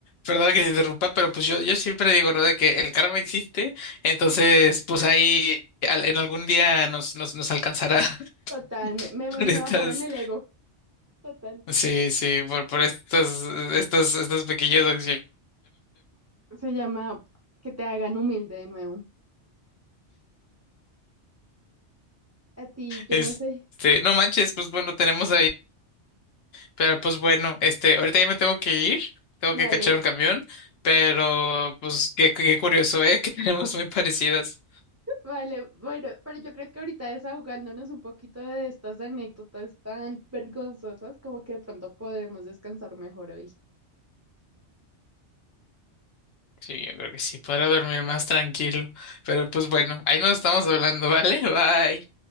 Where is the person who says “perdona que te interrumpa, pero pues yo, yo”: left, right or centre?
Left